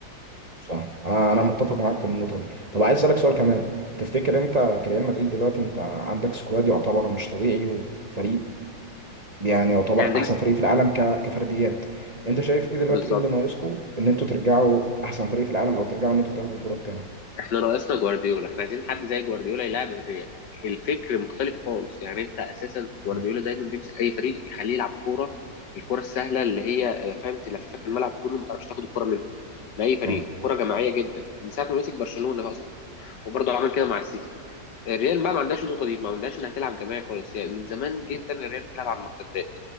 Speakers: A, on the right; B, on the left.
A: صح انا انا متفق معاك في النقطة دي طب عايز أسألك سؤال كمان تفتكر انت كريال مدريد دلوقتي انت عندك سكواد يعتبر مش طبيعي وفريق يعني يعتبر
B: يعني عندنا
A: احسن فريق في العالم ك... كفرديات انت شايف ايه دلوقتي
B: بالظبط
A: ايه اللي ناقصكم ان انتوا ترجعوا احسن فريق في العالم او ترجعوا ان انتوا تاخدوا بطولات تانية
B: احنا ناقصنا جوارديولا احنا عايزين حد زي جوارديولا يلعب الريال الفكر مختلف خالص يعني انت اساسا جوارديولا
A: مم.
B: دايما بيمسك اي فريق يخليه يلعب كوره الكوره السهله اللي هي آه، فاهم تلففك الملعب كله ما تعرفش تاخد الكوره منهم من اي فريق
A: مم.
B: كوره جماعيه جدا من ساعه ما مسك برشلونه اصلا وبرضه عمل كده مع السيتي الريال بقى ما عندهاش النقطه دي ما عندهاش انها تلعب جماعي خالص يعني من زمان جدا الريال بتلعب على المرتدات